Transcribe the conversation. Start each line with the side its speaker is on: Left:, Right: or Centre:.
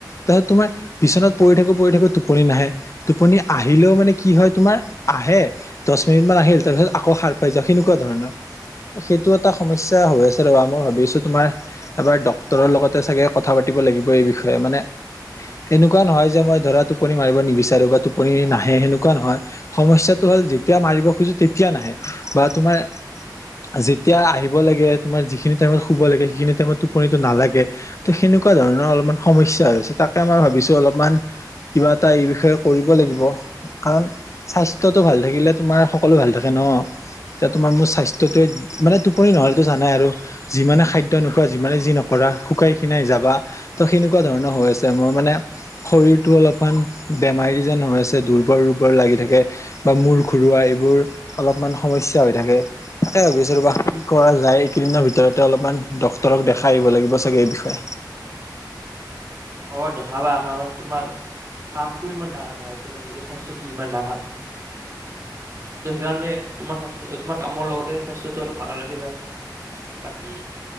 Left: তাৰপিছত তোমাৰ বিছনাত পৰি থাকো পৰি থাকো টোপনি নাহে, টোপনি আহিলেও মানে কি হয় তোমাৰ আহে দশ মিনিট মান আহিল তাৰ পিছত আকৌ সাৰ পাই যাওঁ সেনেকুৱা ধৰণৰ। সেইটো এটা সমস্যা হৈ আছে ৰবা, মই ভাবি আছো তোমাৰ এবাৰ ডক্তৰৰ লগতে চাগে কথা পাতিব লাগিব এই বিষয়ে, মানে এনেকুৱা নহয় যে মই ধৰা টোপনি মাৰিব নিবিচাৰো বা টোপনি নাহে সেনেকুৱা নহয়। সমস্যাটো হ'ল যেতিয়া মাৰিব খোজো তেতিয়া নাহে, বা তোমাৰ যেতিয়া আহিব লাগে, তোমাৰ যিখিনি টাইমত শুব লাগে সেইখিনি টাইমত টোপনিটো নালা গে ত সেনেকুৱা ধৰণৰ অলপমান সমস্যা হৈছে তাকে আমাৰ ভাবিছো অলপমান। কিবা এটা এই বিষয়ে কৰিব লাগিব। কাৰণ, স্বাস্থ্যটো ভাল থাকিলে তোমাৰ সকলো ভাল থাকে ন। এতিয়া তোমাৰ মোৰ স্বাস্থ্যটোৱে মানে টোপনি নহলেটো জানাই আৰু। যিমানে খাদ্য নোখোৱা যিমানে যি নকৰা শুকাই খিনাই যাবা, ত সেনেকুৱা ধৰণৰ হৈ আ চে, মই মানে শৰীৰটো অলপমান বেমাৰী যেন হৈ আছে দুৰ্বৰ দুৰ্বল লাগি থাকে। বা মূৰ ঘৰুৱা এইবোৰ অলপমান সমস্যা হৈ থাকে। তাকে ভাবিছো ৰবা কি কৰা যায় এইকেইদিনৰ ভিতৰতে অলপমান ডক্তৰক দেখাই আহিব লাগিব চাগে এই বিষয়ে।
Right: অ, দেখাবা কাৰণ তোমাৰ কামটোও ইমান ডাঙৰ নহয়, তোমাৰ নিজৰ স্বাস্থ্যটো যিমান ডাঙৰ। ত' সেইকাৰণে তোমাৰ স্বাস্থ্য তোমাৰ কামৰ লগতে স্বাইস্থটো অলপ ভাল ৰাখিবা। বাকী